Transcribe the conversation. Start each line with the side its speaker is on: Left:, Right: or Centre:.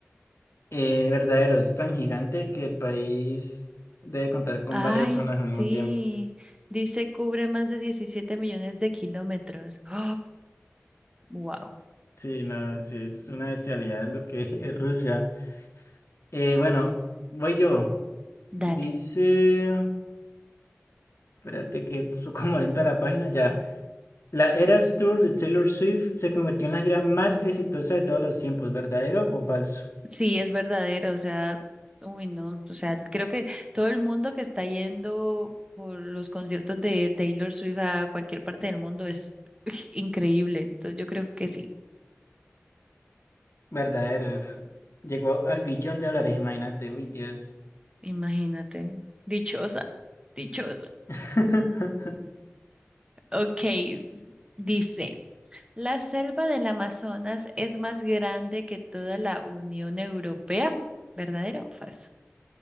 Left: Eh, verdadero, es tan gigante que el país debe contar con
Right: Ay,
Left: varias zonas al mismo
Right: sí.
Left: tiempo.
Right: Dice cubre más de 17 millones de kilómetros. <gasps> wow.
Left: Sí, no, sí, es una bestialidad lo que <laughs> es Rusia. Eh, bueno, voy yo.
Right: Dale.
Left: Dice, espérate que <laughs> puso como lenta la página, ya. La Eras Tour de Taylor Swift se convirtió en la gira más exitosa de todos los tiempos, ¿verdadero o falso?
Right: Sí, es verdadero, o sea, uy, no, o sea, creo que todo el mundo que está yendo por los conciertos de Taylor Swift a cualquier parte del mundo es <laughs> increíble, entonces yo creo que sí,
Left: Verdadero. Llegó al billón de dólares, imagínate, uy, Dios.
Right: imagínate, dichosa, dichosa.
Left: <laughs>
Right: Ok, dice, ¿la selva del Amazonas es más grande que toda la Unión Europea? ¿Verdadero o falso?